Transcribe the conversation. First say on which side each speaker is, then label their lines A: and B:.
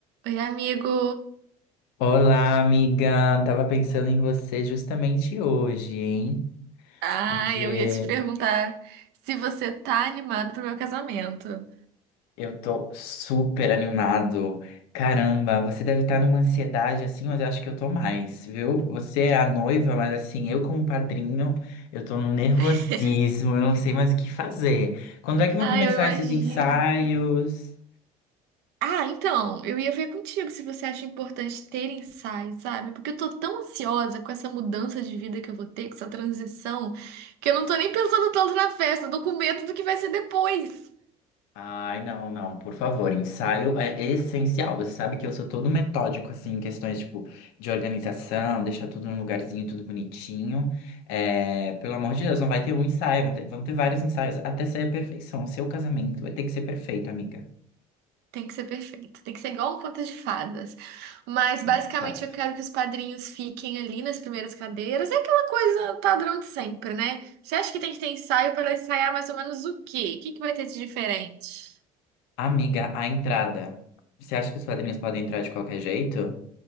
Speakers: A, on the right (about 65°); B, on the left (about 75°).
A: Oi, amigo.
B: Olá, amiga. Tava pensando em você justamente hoje, hein?
A: Ah,
B: Porque
A: eu ia te perguntar se você tá animado pro meu casamento.
B: eu tô super animado. Caramba, você deve estar numa ansiedade assim, mas eu acho que eu tô mais, viu? Você é a noiva, mas assim, eu como padrinho, eu tô num nervosismo,
A: <laughs>
B: eu não sei mais o que fazer. Quando é que vão
A: Ah,
B: começar
A: eu imagino.
B: esses ensaios?
A: Ah, então, eu ia ver contigo se você acha importante ter ensaios, sabe? Porque eu tô tão ansiosa com essa mudança de vida que eu vou ter, com essa transição, que eu não tô nem pensando tanto na festa, eu tô com medo do que vai ser depois.
B: Ai, não, não, por favor, ensaio é essencial. Você sabe que eu sou todo metódico, assim, em questões, tipo, de organização, deixar tudo num lugarzinho, tudo bonitinho. É, pelo amor de Deus, não vai ter um ensaio, vão ter, vão ter vários ensaios, até sair a perfeição. O seu casamento vai ter que ser perfeito, amiga.
A: Tem que ser perfeito. Tem que ser igual um conto de fadas. Mas
B: Exato.
A: basicamente eu quero que os padrinhos fiquem ali nas primeiras cadeiras. É aquela coisa padrão de sempre, né? Você acha que tem que ter ensaio para ensaiar mais ou menos o quê? O que que vai ter de diferente?
B: Amiga, a entrada. Você acha que os padrinhos podem entrar de qualquer jeito?